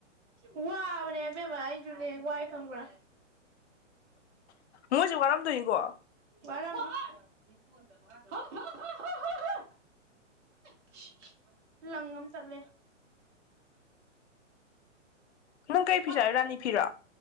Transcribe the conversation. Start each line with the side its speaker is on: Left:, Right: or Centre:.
Right: ꯎꯝ ꯋꯥꯕꯅꯦ ꯏꯕꯦꯝꯃ ꯑꯩꯁꯨꯅꯦ ꯋꯥꯏ ꯈꯪꯕ꯭ꯔꯥ
Left: ꯃꯣꯏꯁꯨ ꯋꯥꯔꯝꯗꯣꯏꯅꯤꯀꯣ
Right: ꯋꯥꯔꯝꯅꯤ <unintelligible> <unintelligible> ꯂꯪ ꯑꯃ ꯇꯠꯂꯦ
Left: ꯅꯪ ꯀꯩ ꯐꯤ
Right: ꯑꯁ
Left: ꯁꯥꯏ ꯔꯥꯅꯤ ꯐꯤꯔꯣ